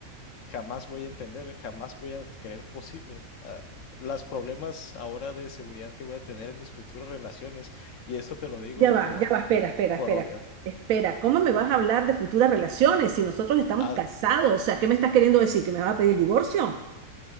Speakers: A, on the left; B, on the right.
A: jamás voy a entender, jamás voy a creer posible. Ah, las problemas ahora de seguridad que voy a tener en mis futuras relaciones, y esto te lo digo
B: Ya va,
A: por,
B: ya va, espera, espera,
A: por
B: espera.
A: obvio.
B: Espera, ¿cómo me vas a hablar de futuras relaciones si nosotros estamos
A: Ha
B: casados? O sea, ¿qué me estás queriendo decir? ¿Que me vas a pedir divorcio?